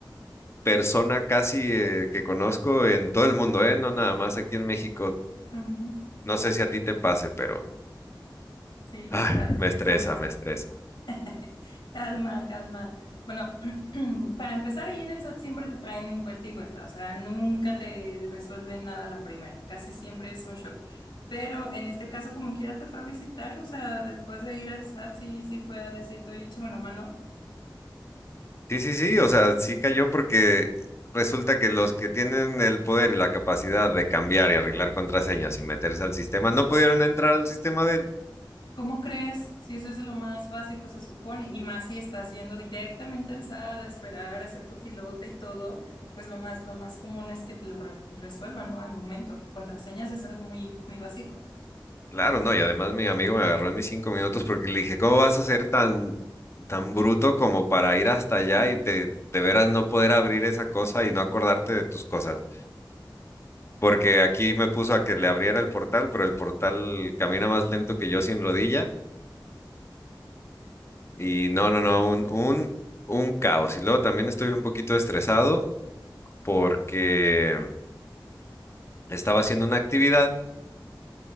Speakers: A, on the left; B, on the left.
A: persona casi eh, que conozco en todo el mundo, ¿eh? No nada más aquí en México.
B: Ujú.
A: No sé si a ti te pase, pero
B: Sí,
A: ay,
B: total,
A: me estresa,
B: es normal.
A: me estresa.
B: <laughs> Calma, calma. Bueno, <clears throat> para empezar ahí en el SAT siempre te traen vuelta y vuelta, o sea, nunca te resuelven nada a la primera, casi siempre es un show. Pero en este caso, como quiera, te fue a visitar, o sea, después de ir al SAT, sí, sí fue a decirte, oye, échame la mano.
A: Sí, sí, sí, o sea, sí cayó porque resulta que los que tienen el poder y la capacidad de cambiar y arreglar contraseñas y meterse al sistema no pudieron entrar al sistema de él.
B: ¿Cómo crees? Si eso es lo más básico, se supone, y más si estás yendo directamente al SAT a esperar, a hacer tu filota y todo, pues lo más, lo más común es que te lo re- resuelvan, ¿no? Al momento. Contraseñas es algo muy, muy básico.
A: Claro, no, y además mi amigo me agarró en mis cinco minutos porque le dije, ¿cómo vas a ser tan, tan bruto como para ir hasta allá
B: <laughs>
A: y te, de veras no poder abrir esa cosa y no acordarte de tus cosas? Porque aquí me puso a que le abriera el portal, pero el portal camina más lento que yo sin rodilla y no, no, no, un, un, un caos. Y luego también estoy un poquito estresado porque estaba haciendo una actividad